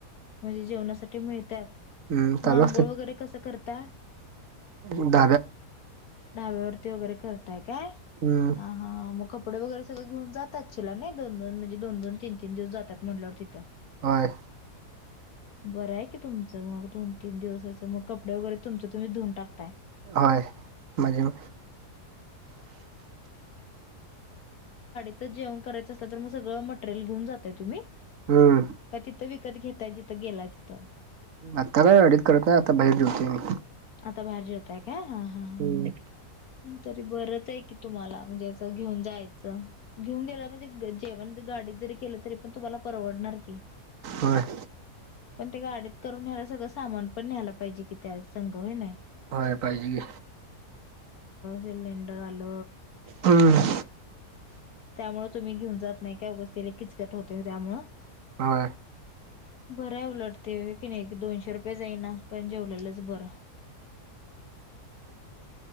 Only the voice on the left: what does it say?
म्हणजे जेवणासाठी मिळत्यात
मग
आंघोळ
वगैरे कसं करता?
ढाब्यावरती वगैरे करताय काय?
हा हा म कप कपडे वगैर सगळ घेऊन जात असशिला नाही, दोनोन म्हणज दोन दोन तीन तीन दिवस जातात म्हटल्यावर तिथं
बरं हाय की तुमचं मग दोन तीन दिवसाचं, मग कपडे वगैरे तुमच तुम्हीच धुऊन टाकताय.
तीथ जेवण करायचं असत तर मग सगळं मटेरियल घेऊन जाताय तुम्ही?
का तिथं विकत घेताय तिथं गेलाय तिथं
आता बाहेर जेवताय काय? हा हा. हा.
तरी बरच हाय की, तुम्हाला म्हणजे असं घेऊन जायचं, घेऊन गेला म्हणजे जेवण तिथ गाडीत जरी केलं तरी पण तुम्हाला परवडणार की.
पण ते गाडीत करून खायला सगळं, सामान पण न्यायला पाहिजे कि त्या संग व्हय नाई
सिलेिंडर आल
<inaudible> त्यामूळ तुम्ही घेऊन जात नाही काय उगाच त्यान किचकट होतय त्यामुळ
बरं हाय उलट ते व्हय कणी, दोनशे रुपये जाईना पण जेवलेलंच बरं.